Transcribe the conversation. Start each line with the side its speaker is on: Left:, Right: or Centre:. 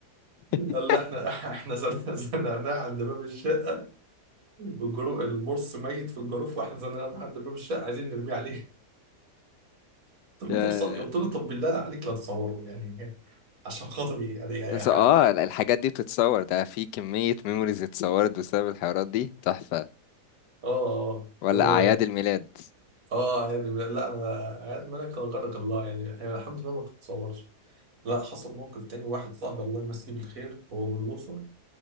Left: <laughs>
Right: قال لا احنا <laughs> احنا زن- زنقناه عند باب الشقه والجروف البورس ميت في الجروف واحنا زنقناه عند باب الشقه عايزين نرميه عليه قلت له
Left: يا
Right: طب ص... قلت له طب بالله عليك لا تصوره يعني عشان خاطري يعني يا
Left: بس
Right: حق
Left: اه الحاجات دي بتتصور ده في كمية ميموريز اتصورت بسبب الحوارات دي تحفة
Right: اه اه
Left: ولا
Right: لو
Left: أعياد الميلاد
Right: اه يعني لا انا عاد مالك غيرك الله يعني يعني الحمد لله ما بتتصورش لا حصل موقف تاني واحد صاحبي الله يمسيه بالخير هو من الأقصر